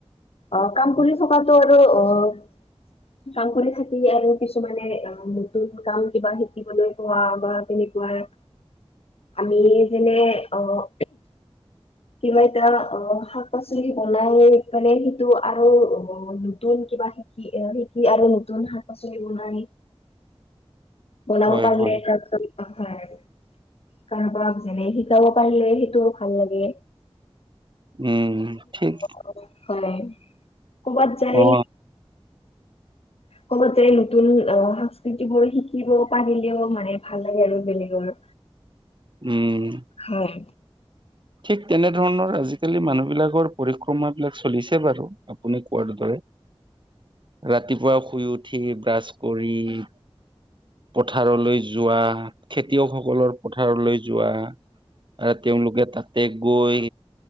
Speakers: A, on the left (about 70°); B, on the right (about 50°).
A: অঁ কাম কৰি থকাটো আৰু অঁ'। কাম কৰি থাকি আৰু কিছুমানে অঁ' নতুন কাম কিবা-কিবি- শিকিবলৈ পোৱা বা তেনেকুৱাই। আমি যেনে অ'- কিবা এটা অঁ শাক-পাচলি বনাই পানে সেইটো আৰু অঁ- নতুন কিবা শিকি অঁ শিক- কি আৰু নতুন শাক-পাচলি বনাই, বনাব
B: হয়
A: পাৰিলে
B: হয়
A: তাপাছত- কাৰোবাক যেনে শিকাব পাৰিলে সেইটো ভাল লাগে।
B: উম, ঠিক।
A: অঁ হয় ক'ৰবাত যায়?
B: অ
A: লগতে নতুন অঁ, সংস্কৃতিবোৰ শিকিব পাৰিলেও মানে ভাল লাগে আৰু বেলেগৰ।
B: উম'
A: হয়।
B: ঠিক তেনেধৰণৰ আজিকালি মানুহ বিলাকৰ পৰিক্ৰমা বিলাক চলিছে বাৰু। আপোনি কোৱাৰ দৰে, ৰাতিপুৱা শুই উঠি ব্ৰাছ কৰি- পথাৰলৈ যোৱা- খেতিয়কসকলৰ পথাৰলৈ যোৱা আৰু তেওঁলোকে তাত- তে গৈ